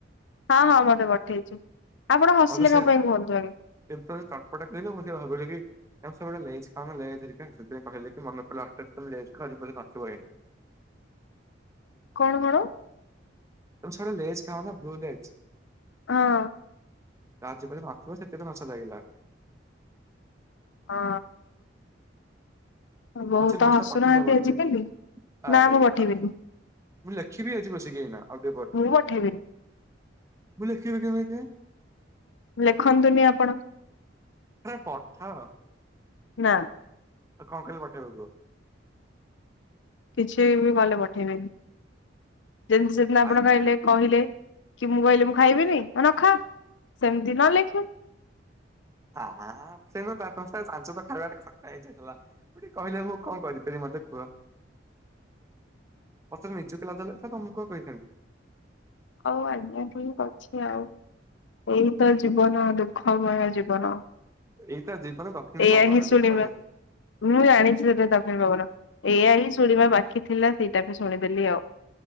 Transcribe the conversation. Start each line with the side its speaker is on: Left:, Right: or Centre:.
Left: ହଁ ହଁ ମତେ ପଠେଇଛି। ଆପଣ ହସିଲେ
Right: ମତେ ସେୟାର
Left: କନ ପାଇଁ କୁହନ୍ତୁ ଆଗେ।
Right: ଯେମିତି ଚଟପଟା କହିଲ ମୁଁ ସେ ଭାବିଲି କି ଆ ସବୁବେଳେ ଲେଜ୍ ଖାଉନ ଲେଜ ହେରିକା ସେଥିପାଇ କହିଲେ ମନେ ପଡ଼ିଲା ହଠାତ୍ କି ଲେଜ୍ କରି କୁରି ନଥିବ ହେଁ।
Left: କଣ କଣ?
Right: ତମେ ଲେଜ ଖାଅନା ବହୁ ଲେଜ୍
Left: ହଁ।
Right: ଆଜି ପାଇଁ ନଥିବ ସେଥିପାଇ ହସ ଲାଗିଲା।
Left: ହଁ। ବୋଉ
Right: ମତେ
Left: ତ
Right: ନୋଟସ୍
Left: ହସୁନାହାନ୍ତି
Right: ଟା ପଠେଇ ଦେବ
Left: ଆଜିକାଲି
Right: ଟିକେ ଆରେ
Left: ନା ମୁଁ ପଠେଇବିନି
Right: ୟାର୍। ମୁଁ ଲେଖିବି ଆଜି ବସିକି ଏଇନା ଆଉଟିକେ ପରେ।
Left: ମୁଁ ପଠେଇବିନି
Right: ମୁଁ ଲେଖିବି କେମିତି?
Left: ଲେଖନ୍ତୁନି ଆପଣ
Right: ଆରେ ପଠାଅ
Left: ନା।
Right: ଆଉ କଣ କହିଲେ ପଠେଇବ କୁହ?
Left: କିଛି ବି ଭଲ ପଠେଇବେନି ଯେମିତି ସେ ଦିନ ଆପଣ
Right: ଆରେ
Left: ଖାଇଲେ କହିଲେ କି ମୁଁ କହିଲି ମୁଁ ଖାଇବିନି ଆଉ ନଖା ସେମିତି ନଲେଖେ।
Right: ଆଁ ସେଦିନ ଚାର୍ ପାଞ୍ଚଷ୍ଟା ଜାଣିଚ ତ ଖାଇବା ଟା ଖଟା ହେଇ ଯାଇଥିଲା। ଆଉ ମୁଁ ଟିକେ କହିଲେ କଣ କରିପାରିବି ମ୍ ତେ କୁହ? ମତେତ ନିଜକୁ ଲାଜ ଲାଗୁଥିଲା ତମକୁ କଣ କହିଥାନ୍ତି।
Left: ହୋଉ ଆଜ୍ଞା ଠିକ ଅଛି ଆଉ। ଏଇତ ଜୀବନ ଦୁଃଖମୟ ଜୀବନ।
Right: ଏଇତ ଜୀବନ ଦକ୍ଷିଣୀ
Left: ଏଇଆ
Right: ପବନ
Left: ହିଁ ଶୁଣିବା
Right: ଦୁଃଖ ନୁହେଁ।
Left: ମୁଁ ଜାଣିଚି ସେଇତା ଦକ୍ଷିଣ ପବନ ଏଇଆ ହିଁ ଶୁଣିବା ବାକି ଥିଲା। ସେଇଟା ବି ଶୁଣିଦେଲି ଆଉ।